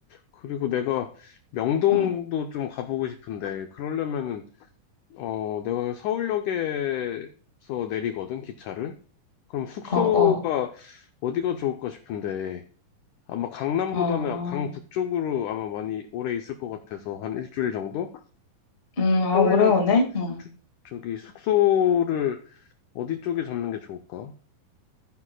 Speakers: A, on the left; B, on the left.
A: 그리고 내가 명동도
B: 응.
A: 좀 가보고 싶은데, 그러려면은, 어, 내가 서울역에서 내리거든, 기차를. 그럼 숙소가
B: 어, 어.
A: 어디가 좋을까 싶은데 아마 강남보다는
B: 아,
A: 강북쪽으로 아마 많이 오래 있을 것 같아서 한 일주일 정도?
B: 음, 아,
A: 서울역
B: 오래 오네? 응.
A: 주- 저기 숙소를 어디 쪽에 잡는 게 좋을까?